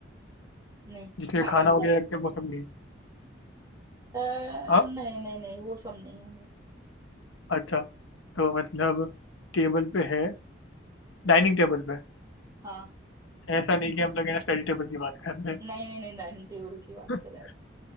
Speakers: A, on the right (about 20°); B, on the left (about 80°).
A: नहीं
B: जिसमें
A: हाँ
B: खाना
A: मतलब
B: वगैरह रखते हैं वो सब नहीं है
A: अ, नहीं
B: हाँ
A: नहीं नहीं वो सब नहीं है नहीं
B: अच्छा तो मतलब टेबल पे है डाइनिंग टेबल पे
A: हाँ
B: ऐसा नहीं कि हम लोग है ना स्टडी टेबल की बात कर रहे हैं
A: नहीं नहीं नहीं डाइनिंग टेबल की बात
B: <laughs>
A: कर रहे हैं